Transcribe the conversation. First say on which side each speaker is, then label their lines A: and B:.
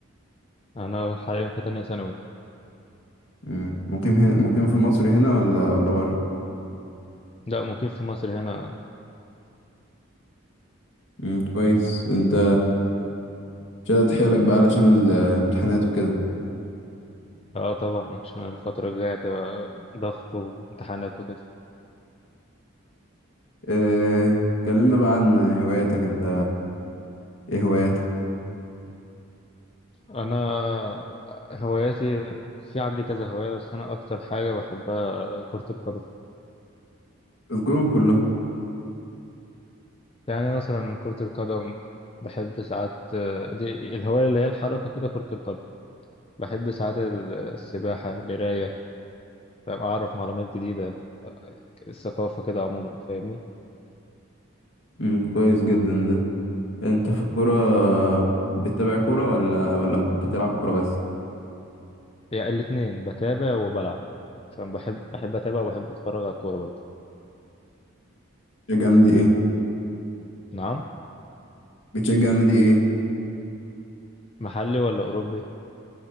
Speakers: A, on the left; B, on the left.
A: انا حاليا في تانية ثانوي
B: مم، مقيم هنا مقيم في مصر هنا ولا ولا بره؟
A: لا مقيم في مصر هنا
B: مم، كويس أنت مش قادر حيلك بقى علشان الامتحانات وكده
A: اه طبعا عشان الفترة الجاية هتبقى ضغط وامتحانات وكده
B: آه، كلمنا بقى عن هواياتك أنت ايه هواياتك؟
A: انا هواياتي في عندي كذا هواية بس انا اكتر حاجة بحبها كرة القدم
B: اذكرهم كلهم
A: يعني مثلا كرة القدم بحب ساعات دي الهواية اللي هي الحركة كده كرة القدم بحب ساعات السباحة القراية فاهم؟ أعرف معلومات جديدة الثقافة كده عموما فاهمني
B: مم، كويس جدا ده أنت في الكورة بتتابع كورة ولا ولا بتلعب كورة بس؟
A: يعني الاتنين بتابع وبلعب عشان بحب بحب اتابع وبحب اتفرج على الكورة برضه
B: بتشجع نادي ايه؟
A: نعم
B: بتشجع نادي ايه؟
A: محلي ولا اوروبي